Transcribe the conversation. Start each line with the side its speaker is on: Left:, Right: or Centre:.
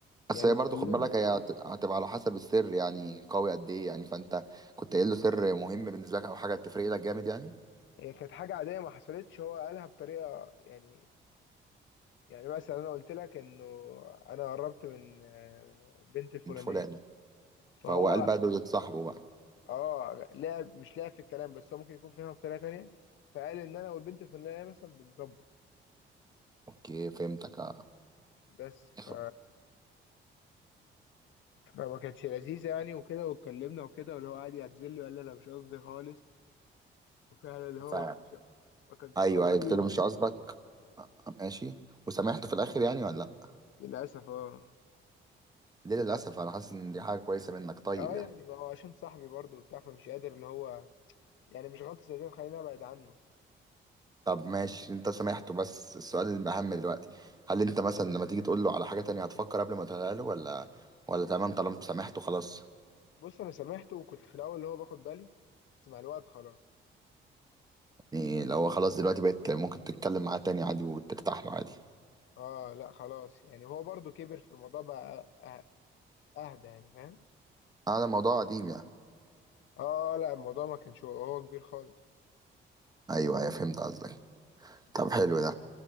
Left: يعني
Right: بس هي
Left: اتكلمنا
Right: برضه خد بالك هي هت- هتبقى على حسب السر يعني قوي قد ايه يعني فانت كنت قايل له سر مهم بالنسبه لك او حاجه تفرق لك جامد يعني
Left: هي كانت حاجة عادية ما حصلتش هو قالها بطريقة يعني يعني مثلا أنا قلت لك إنه أنا قربت من آه، بنت الفلانية
Right: من فلان
Left: فهو
Right: فهو قال بقى دول صاحبه بقى
Left: آه لعب مش لعب في الكلام بس هو ممكن يكون فاهمها بطريقة تانية فقال إن أنا والبنت الفلانية مثلا بنظبط
Right: اوكي فهمتك اه
Left: بس ف...
Right: ف...
Left: فما كانتش لذيذة يعني وكده واتكلمنا وكده واللي هو قعد يعتذر لي وقال لي أنا مش قصدي خالص وفعلا اللي هو
Right: ف...
Left: ما كانش ما كانش
Right: ايوه
Left: قصدي
Right: قلت
Left: و...
Right: له مش قصدك آه، ماشي وسامحته في الاخر يعني ولا لا
Left: للأسف اه
Right: ليه للاسف انا حاسس ان دي حاجه كويسه منك طيب
Left: اه
Right: يعني
Left: يعني ما هو عشان صاحبي برضه وبتاع فمش قادر اللي هو يعني مش غلطة زي دي خليني أبعد عنه
Right: طب ماشي انت سامحته بس السؤال الأهم دلوقتي هل انت مثلا لما تيجي تقول له على حاجة تانية هتفكر قبل ما تقولها له ولا ولا تمام طالما سامحته خلاص
Left: بص أنا سامحته وكنت في الأول اللي هو باخد بالي بس مع الوقت خلاص
Right: يعني لو هو خلاص دلوقتي بقيت ممكن تتكلم معاه تاني عادي وترتاح له عادي
Left: آه لا خلاص يعني هو برضو كبر في الموضوع بقى أه- أهدى يعني فاهم
Right: هذا موضوع قديم يعني
Left: آه لا الموضوع ما كانش هو هو كبير خالص
Right: ايوه ايوه فهمت قصدك طب
Left: بس
Right: حلو ده